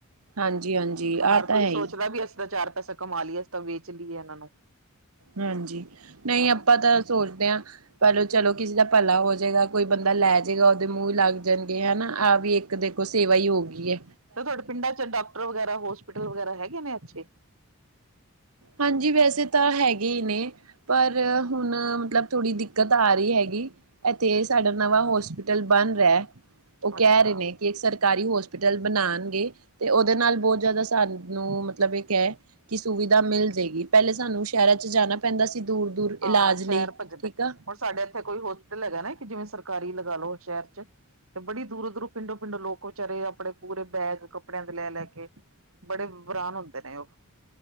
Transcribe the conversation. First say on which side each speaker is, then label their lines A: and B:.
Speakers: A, on the right; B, on the right.
A: ਹਾਂਜੀ ਹਾਂਜੀ ਆਹ
B: ਹਰ
A: ਤਾਂ
B: ਕੋਈ
A: ਹੈ ਹੀ
B: ਸੋਚਦਾ ਵੀ ਅਸੀਂ ਤਾਂ ਚਾਰ ਪੈਸਾ ਕਮਾ ਲਈਏ, ਅਸੀਂ ਤਾਂ ਵੇਚ ਲਈਏ ਇਹਨਾਂ ਨੂੰ।
A: ਹਾਂਜੀ, ਨਹੀਂ
B: ਹਨਾ
A: ਆਪਾਂ ਤਾਂ ਸੋਚਦੇ ਆ। ਪਹਿਲੋ ਚਲੋ ਕਿਸੇ ਦਾ ਭਲਾ ਹੋ ਜਾਏਗਾ, ਕੋਈ ਬੰਦਾ ਲੈ ਜਾਏਗਾ, ਉਹਦੇ ਮੂੰਹ ਹੀ ਲੱਗ ਜਾਣਗੇ ਹਨਾ, ਆਹ ਵੀ ਇੱਕ ਦੇਖੋ ਸੇਵਾ ਹੀ ਹੋ ਗਈ ਐ।
B: ਤੇ ਤੁਹਾਡੇ ਪਿੰਡਾਂ ਚ ਡਾਕਟਰ ਵਗੈਰਾ, ਹੋਸਪੀਟਲ ਵਗੈਰਾ, ਹੈਗੇ ਨੇ ਅੱਛੇ।
A: ਹਾਂਜੀ, ਵੈਸੇ ਤਾਂ ਹੈਗੇ ਹੀ ਨੇ। ਪਰ ਹੁਣ, ਮਤਲਬ ਥੋੜ੍ਹੀ ਦਿੱਕਤ ਆ ਰਹੀ ਹੈਗੀ। ਇੱਥੇ ਸਾਡਾ ਨਵਾਂ ਹੋਸਪਿਟਲ ਬਣ ਰਿਹਾ। ਉਹ
B: ਅੱਛਾ
A: ਕਹਿ ਰਹੇ ਨੇ ਕਿ ਇੱਕ ਸਰਕਾਰੀ ਹੋਸਪੀਟਲ ਬਣਾਉਣਗੇ, ਤੇ ਉਹਦੇ ਨਾਲ ਬਹੁਤ ਜ਼ਿਆਦਾ ਸਾਨੂੰ ਨੂੰ ਮਤਲਬ ਇਹ ਕ ਹੈ ਕਿ ਸੁਵਿਧਾ ਮਿਲ ਜਾਏਗੀ, ਪਹਿਲੇ ਸਾਨੂੰ ਸ਼ਹਿਰਾਂ ਚ ਜਾਣਾ ਪੈਂਦਾ ਸੀ, ਦੂਰ। ਦੂਰ
B: ਹਾਂ
A: ਇਲਾਜ
B: ਸ਼ਹਿਰ
A: ਲਈ,
B: ਭੱਜਦੇ
A: ਠੀਕ ਆ।
B: ਹੁਣ ਸਾਡੇ ਇੱਥੇ ਕੋਈ ਹੋਸਪਿਟਲ ਹੈਗਾ ਨਾ ਇੱਕ, ਜਿਵੇਂ ਸਰਕਾਰੀ ਲਗਾ ਲਓ ਸ਼ਹਿਰ 'ਚ। ਤੇ ਬੜੀ ਦੂਰੋ-ਦੂਰੋ, ਪਿੰਡੋ-ਪਿੰਡੋ ਲੋਕ ਵਿਚਾਰੇ ਆਪਣੇ ਪੂਰੇ ਬੈਗ ਕੱਪੜਿਆਂ ਦੇ ਲੈ-ਲੈ ਕੇ ਬੜੇ ਵਰਾਨ ਹੁੰਦੇ ਨੇ ਉਹ।